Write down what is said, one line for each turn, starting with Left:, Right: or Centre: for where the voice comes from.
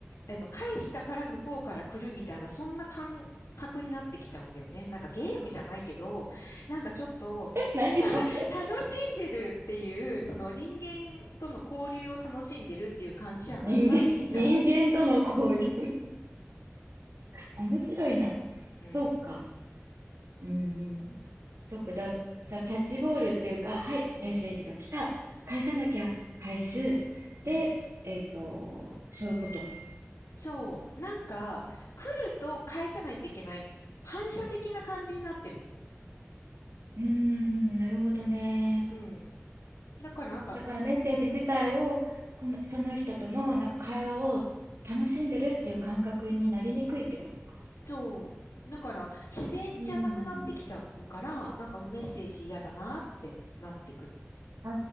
Left: あの、返したから向こうから来るみたいな、そんな感覚になってきちゃうんだよね。なんかゲームじゃないけど、なんかちょっと
Right: 何それ。
Left: 楽しんでるっていう、その人間との交流を楽しんでるっていう感じじゃなくなってきちゃう。
Right: 人間、人間との交流。面白いな。
Left: うん、
Right: そうか。うんうん。そうか。だ、さ、キャッチボールっていうか、はい、
Left: うん、
Right: メッセージが来た。返さなきゃ。返す。
Left: うん。
Right: で、えっと、そういうことか。
Left: そう。なんか、来ると返さないといけない。反射的な感じになってるの。
Right: うーん、なるほどね。
Left: うん。だからなんか、
Right: だからメッセージ自体を、この、その人とのなんか会話を楽しんでるっていう感覚になりにくいってことか。
Left: そう。だから、自然じゃなくなってきちゃうから、
Right: うん。
Left: なんかもうメッセージ嫌だなってなってくる。
Right: あ